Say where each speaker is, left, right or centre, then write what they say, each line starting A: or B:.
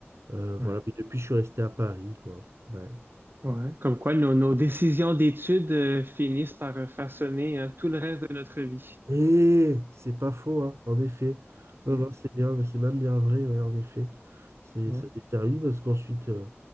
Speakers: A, on the right; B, on the right.
A: Euh,
B: ouais.
A: voilà, mais depuis, je suis resté à Paris, quoi. Ouais.
B: Ouais, comme quoi nos, nos décisions d'études euh, finissent par euh, façonner hein, tout le reste de notre vie.
A: Eh, c'est pas faux, hein, en effet. Non,
B: Ouais,
A: non, c'est bien, c'est même bien vrai, ouais, en effet. C'est,
B: ouais,
A: ça détermine parce qu'ensuite, euh,